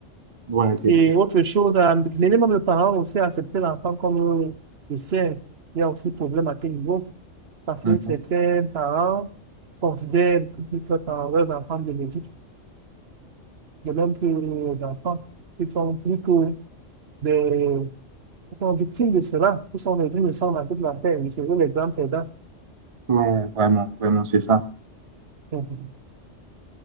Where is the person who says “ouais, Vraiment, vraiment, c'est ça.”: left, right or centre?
Right